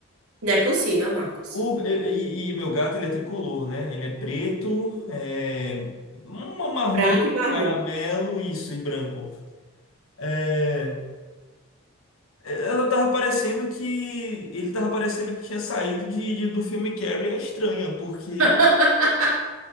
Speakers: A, on the right; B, on the left.
A: Não é possível, Marcos.
B: O, e, e- e meu gato, ele é tricolor, né? Ele é preto, é, um marrom,
A: Branco e marrom.
B: caramelo, isso, e branco. É, Ela tava parecendo que. Ele tava parecendo que tinha saído de, de- do filme Carrie a Estranha, porque.
A: <laughs>